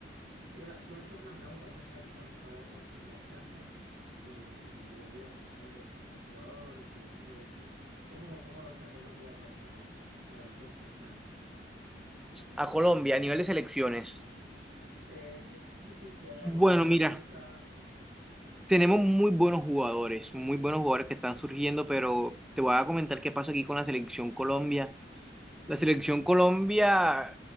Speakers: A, on the right; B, in the centre.
A: Te iba, te iba a hacer una pregunta más allá de que estábamos hablando antes de la Champions eh, y de la vida personal del- de, los jugadores y del fútbol en sí. ¿Cómo, cómo ves a Colombia para, para los próximos años?
B: A Colombia, a nivel de selecciones,
A: Eh, sí, sí, sí, si hay alguna
B: bueno,
A: promesa.
B: mira, tenemos muy buenos jugadores, muy buenos jugadores que están surgiendo, pero te voy a comentar qué pasa aquí con la selección Colombia. La selección Colombia,